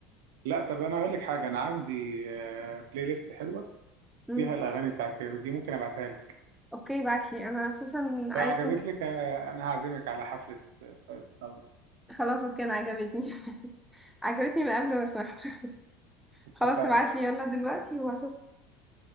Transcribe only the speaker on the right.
لا طب انا هقول لك حاجه انا عندي آه، بلاي ليست حلوه
فيها الاغاني بتاعت كايروكي ممكن ابعتها لك
لو
عجبت
لك آه، انا هعزمك على حفله آه، سعيد صبري.
اتفقنا